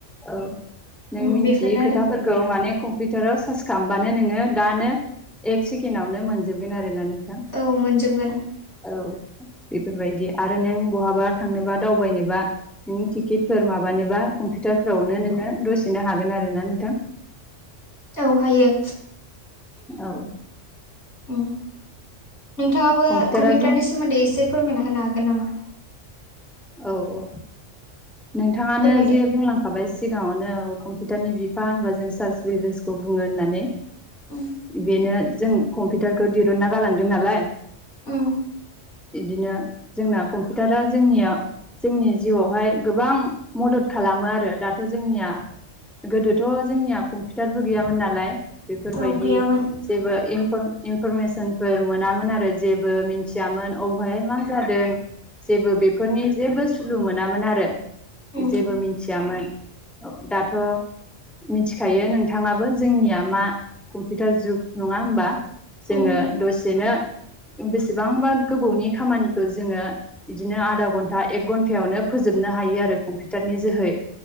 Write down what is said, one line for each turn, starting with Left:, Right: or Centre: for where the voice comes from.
Centre: औ नों
Left: उम
Centre: मिन्थियै
Left: बेफोरनो आरो
Centre: खोथाफोर खौ माने कम्पिउटाराव सार्च खालामबानो नोङो दानो एक सेकेण्डआवनो मोनजोबगोन आरोना नोंथां।
Left: औ मोनजोबगोन।
Centre: औ बेफोरबायदि आरो नों बहाबा थांनोबा दावबायनोबा नों टिकेटफोर माबानोबा कम्पिउटारफोरावनो नोङो दसेनो हागोन आरोना नोंथां
Left: औ हायो।
Centre: औ
Left: ओम नोंथाङाबो
Centre: कम्पिउटारा
Left: कम्पिउटारनि
Centre: जों
Left: सोमोन्दै एसे फोरमायना होनो हागोन नामा?
Centre: औ औ नोंथाङानो
Left: फोरमायदो
Centre: जे बुंलां खाबाय सिगाङावनो कम्पिउटारनि बिफा होनबा जों सार्च विभसखौ बुङो होननानै।
Left: उम
Centre: बेनो जों कम्पिउटारखौ दिरुुनना गालांदों नालाय।
Left: उम
Centre: बिदिनो जोंना कम्पिउटारा जोंनिया जोंनि जिउआवहाय गोबां मदद खालामो आरो दाथ' जोंनिया गोदोथ' जोंनिया कम्पिउटारबो गैयामोन नालाय बेफोरबायदि
Left: औ गैयामोन
Centre: जेबो इनफर इनफरमेसनफोर मोनामोन आरो जेबो मिथियामोन अबेहाय मा जादों जेबो बेफोरनि जेबो सुलु मोनामोन आरो।
Left: उम
Centre: जेबो मिथियामोन दाथ' मिथिखायो नोंथाङाबो जोंनिया मा कम्पिउटार जुग नङा होमबा? जोङो
Left: उम
Centre: दसेनो बेसेबांबा गोबौनि खामानिखौ जोङो बिदिनो आधा घन्टा एक घन्टायावनो फोजोबनो हायो आरो कम्पिउटारनि जोहै